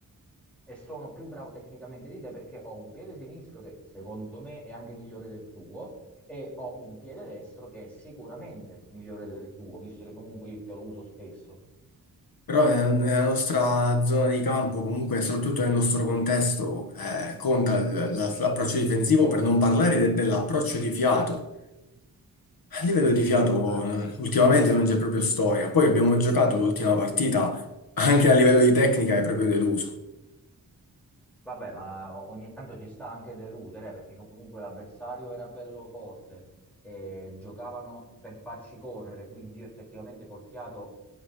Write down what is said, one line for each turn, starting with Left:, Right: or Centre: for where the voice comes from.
Centre: e sono più bravo tecnicamente di te perché ho un piede sinistro che secondo me è anche migliore del tuo e ho un piede destro che è sicuramente migliore del tuo, visto che comunque io lo uso spesso.
Left: Però eh, nella nostra zona di campo, comunque, soprattutto nel nostro contesto, eh, conta l- l- l'approccio difensivo, per non parlare de- dell'approccio di fiato. A livello di fiato,
Centre: Ma la-
Left: eh, ultimamente non c'è proprio storia, poi abbiamo giocato l'ultima partita, anche a livello di tecnica è proprio deluso.
Centre: Vabbè, ma ogni tanto ci sta anche deludere eh, perché comunque l'avversario era bello forte e giocavano per farci correre, quindi io effettivamente col fiato,